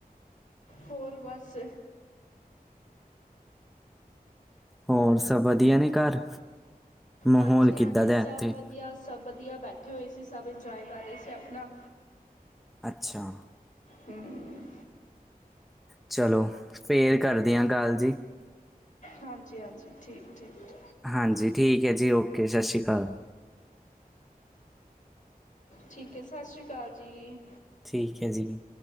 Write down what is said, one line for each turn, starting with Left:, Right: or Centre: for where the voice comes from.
Left: ਹੋਰ ਬਸ।
Centre: ਹੋਰ ਸਭ ਵਧੀਆ ਨੇ ਘਰ? ਮਾਹੌਲ
Left: ਹਾਂਜੀ- ਹਾਂਜੀ।
Centre: ਕਿੱਦਾਂ ਦਾ
Left: ਸਭ
Centre: ਹੈ ਇੱਥੇ
Left: ਵਧੀਆ, ਸਭ ਵਧੀਆ, ਬੈਠੇ ਹੋਏ ਸੀ ਸਭ ਇੰਜੋਏ ਕਰ ਰਹੇ ਸੀ ਆਪਣਾ।
Centre: ਅੱਛਾ।
Left: ਹੂੰ
Centre: ਚਲੋ, ਫੇਰ ਕਰਦੇ ਹਾਂ ਗੱਲ ਜੀ।
Left: ਹਾਂਜੀ- ਹਾਂਜੀ, ਠੀਕ- ਠੀਕ।
Centre: ਹਾਂਜੀ, ਠੀਕ ਹੈ ਜੀ ਓਕੇ, ਸਤਿ ਸ਼੍ਰੀ ਅਕਾਲ।
Left: ਠੀਕ ਹੈ, ਸਤਿ ਸ਼੍ਰੀ ਅਕਾਲ ਜੀ।
Centre: ਠੀਕ ਹੈ ਜੀ।